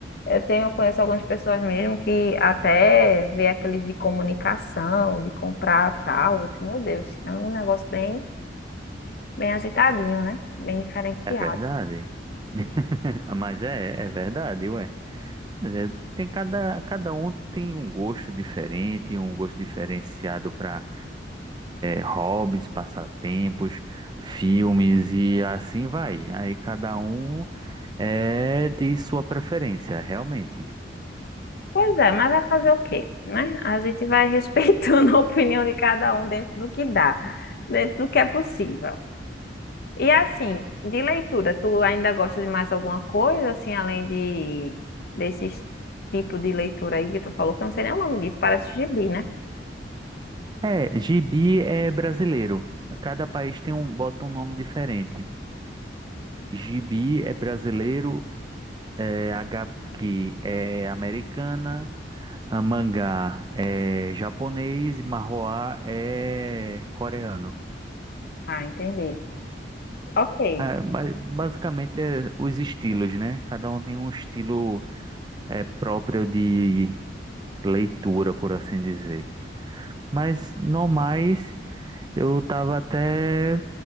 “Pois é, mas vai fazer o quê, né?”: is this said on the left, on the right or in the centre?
Left